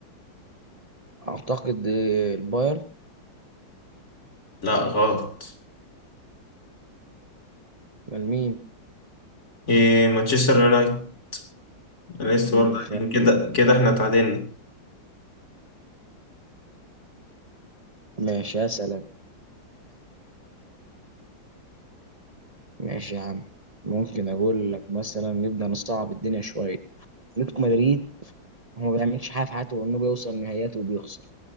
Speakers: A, on the right (about 75°); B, on the left (about 35°).
A: اعتقد آه، البايرن
B: لا غلط
A: امال مين
B: آه، مانشستر يونايتد أنا لسه
A: مم،
B: برضه قايلين
A: ف-
B: كده كده احنا اتعادلنا
A: ماشي اسأل انا ماشي يا عم ممكن اقول لك مثلا نبدأ نصعب الدنيا شوية اتلتيكو مدريد هو ما بيعملش حاجة في حياته غير انه بيوصل نهائيات وبيخسر